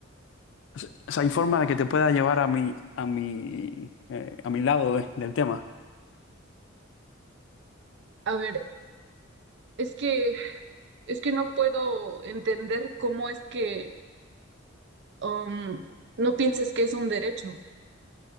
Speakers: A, on the left; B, on the right.
A: O sea, o sea, hay forma de que te pueda llevar a mi, a mi, eh, a mi lado de- del tema.
B: A ver, es que es que no puedo entender cómo es que um, no pienses que es un derecho.